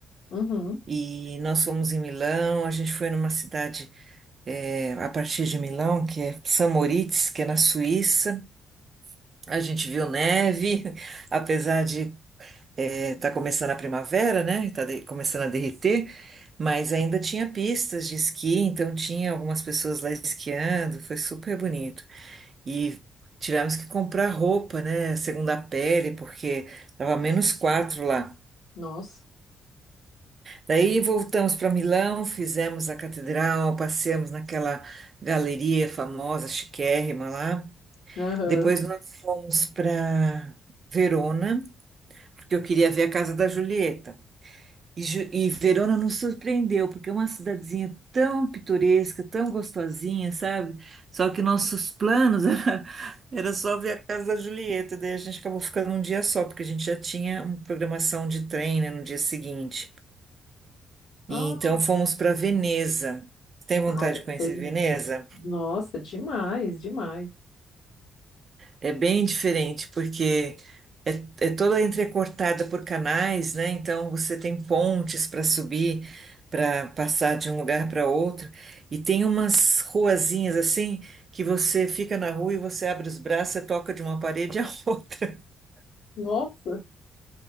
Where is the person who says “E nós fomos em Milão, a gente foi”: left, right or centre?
Right